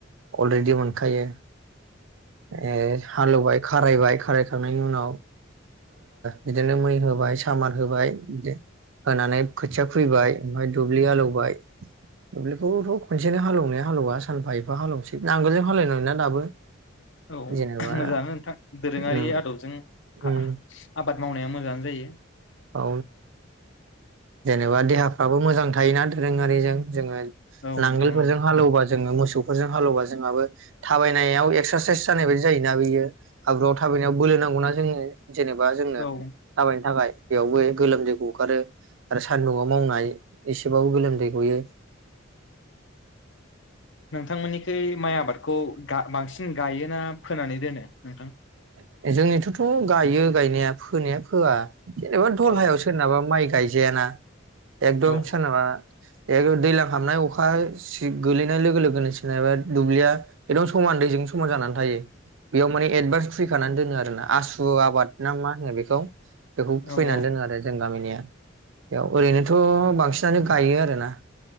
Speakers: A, on the right (about 70°); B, on the left (about 65°).
A: अलरेडि मोनखायो। ए हालेवबाय खारायबाय खारायखांनायनि उनाव बिदिनो मै होबाय सामार होबाय बिदि होनानै खोथिया खुबैबाय ओमफाय दुब्लि हालौवबाय दुब्लिखौथ' खनसेनो हालेवनाया हालेवा सानफा एफा हालेवनोसै नांगोलजों हालेवनायना दाबो
B: औ
A: जेनेबा
B: मोजाङानो नोंथां दोरोङारि
A: उम
B: आदबजों
A: उम
B: आ आबाद मावनाया मोजाङानो जायो।
A: औ जेनेबा देहाफ्राबो मोजां थायोना दोरोङारिजों जोङो
B: औ
A: नांगोलफोरजों
B: नोंथां औ
A: हालौबा जोङो मोसौफोरजों हालौबा जोंहाबो थाबायनायाव एक्सारसाइस जानाय बाददि जायोना बियो हाब्रुआव थाबायनायाव बोलो नांगौना जोंनो। जेनेबा जोंनो
B: औ
A: थाबायनो थाखाय बेयावबो गोलोमदैखौ गगारो आरो सान्दुआव मावनाय एसेबाबो गोलोमदै गयो।
B: नोंथांमोननिखै माइ आबाद खौ गा बांसिन गायोना फोनानै दोनो? नोंथां
A: जोंनिथ'थ' गायो गायनाया फोनाया फोआ जेनेबा दलहायाव
B: औ
A: सोरनाबा माइ गायजाया ना एकदम
B: औ
A: सोरनाबा ए दैज्लां हाबनाय अखा सि-गोलैनाय लोगो लोगोनोेनबा दुब्लिया एकदम समान दैजों समान जानानै थायो बेयाव माने एदभान्स खैखानानै दो आरो ना आसु आबाद ना मानो बे खौ बेखौ खुफैनानै
B: औ औ
A: दोनो आरो जों गामिनिया। बेयाव ओरैनोथ' बांसिनानो गायो आरोना